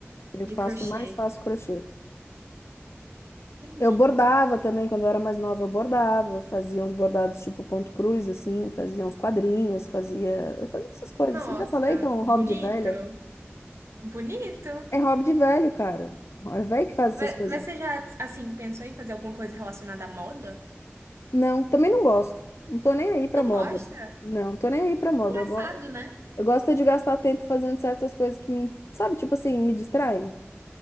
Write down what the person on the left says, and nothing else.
Eu faço
mais fácil crochê.
Eu bordava também, quando eu era mais nova, eu bordava, fazia uns bordados tipo ponto cruz, assim, fazia uns quadrinhos, fazia, eu fazia essas coisas.
Eu já falei que é um
hobby de velha?
É hobby de velho, cara. É velho que faz essas
coisas.
Não, também não gosto. Não tô nem aí pra
moda.
Não, tô nem aí pra moda.
Eu, go-
eu gosto é de gastar tempo fazendo certas coisas que me, sabe, tipo assim, me distraem.